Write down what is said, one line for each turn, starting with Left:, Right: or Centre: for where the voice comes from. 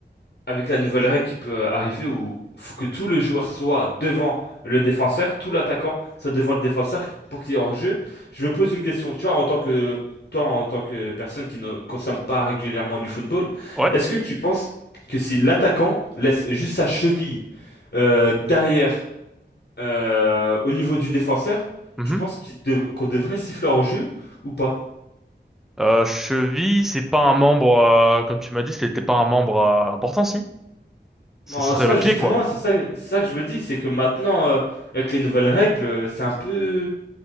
Left: avec la nouvelle règle qui peut arriver où faut que tout le joueur soit devant le défenseur, tout l'attaquant soit devant le défenseur pour qu'il y ait hors-jeu. Je me pose une question, tu vois, en tant que toi, en tant que personne qui ne consomme pas régulièrement du football,
Centre: Ouais.
Left: est-ce que tu penses que si l'attaquant laisse juste sa cheville euh, derrière euh, au niveau du défenseur,
Centre: Mhm.
Left: tu penses qu'il dev- qu'on devrait siffler hors-jeu ou pas?
Centre: Euh, cheville, c'est pas un membre, euh, comme tu m'as dit, c'était pas un membre euh, important, si? Ce
Left: En
Centre: serait
Left: soi,
Centre: le
Left: justement,
Centre: pied, quoi.
Left: c'est ça, c'est ça que je me dis, c'est que maintenant, euh, avec les nouvelles règles, euh, c'est un peu